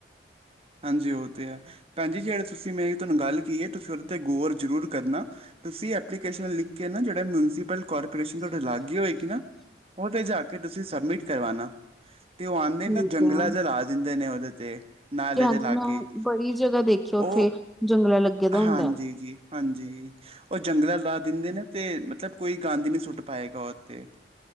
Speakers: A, on the right; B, in the centre.
A: ਹਾਂਜੀ ਉਹ ਤੇ ਐ ਪੈਣ ਜੀ ਜਿਹੜੇ ਤੁਸੀਂ ਮੈਂ ਤੁਹਾਨੂੰ ਗੱਲ ਕਹੀ ਏ ਤੁਸੀਂ ਉਹਦੇ ਤੇ ਗੌਰ ਜ਼ਰੂਰ ਕਰਨਾ। ਤੁਸੀਂ ਐਪਲੀਕੇਸ਼ਨ ਲਿਖ ਕੇ ਨਾ ਜਿਹੜਾ ਮੁਨਸੀਪਲ ਕਾਰਪੋਸ਼ਨ ਤੁਹਾਡੇ ਲਾਗੇ ਹੋਏਗੀ ਨਾ ਉਹ ਤੇ ਜਾ ਕੇ ਤੁਸੀਂ ਸਬਮਿਟ ਕਰਵਾਣਾ ਤੇ ਉਹ ਆਉਂਦੇ
B: ਠੀਕ
A: ਨਾ ਜੰਗਲਾ
B: ਆ।
A: ਚ ਰਾਜ ਦਿੰਦੇ ਨੇ ਉਹਦੇ ਤੇ। ਨਾਲੇ
B: ਹਾਂਜੀ
A: ਦੇ ਲਾਗੇ
B: ਮੈਂ ਬੜੀ ਜਗ੍ਹਾ ਦੇਖਿਆ ਉੱਥੇ
A: ਉਹ
B: ਜੰਗਲਾ ਲੱਗੇ ਦਾ ਹੁੰਦਾ।
A: ਹਾਂਜੀ-ਜੀ। ਹਾਂਜੀ, ਉਹ ਜੰਗਲਾਂ ਲਾ ਦਿੰਦੇ ਨੇ ਤੇ ਮਤਲਬ ਕੋਈ ਗੰਦ ਹੀ ਨਹੀਂ ਸੁੱਟ ਪਾਏਗਾ ਉਥੇ।